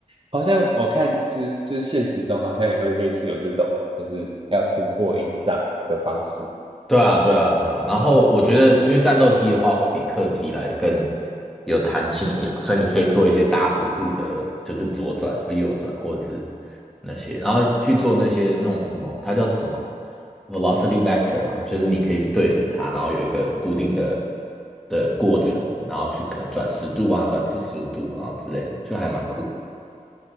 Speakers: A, on the right (about 35°); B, in the centre.
A: 好像我看就是就是现实中好像也会类似有这种，就是要突破音障的方式。
B: 对啊，对啊，对啊。然后我觉得，因为战斗机的话会比客机来的更有弹性一点嘛所以你可以做一些大幅度的，就是左转或右转，或者是那些，然后去做那些那种什么，它叫是什么 velocity vector 嘛，就是你可以去对准它，然后有一个固定的的过程，然后去可能转十度啊，转四十五度，然后之类的，就还蛮酷的。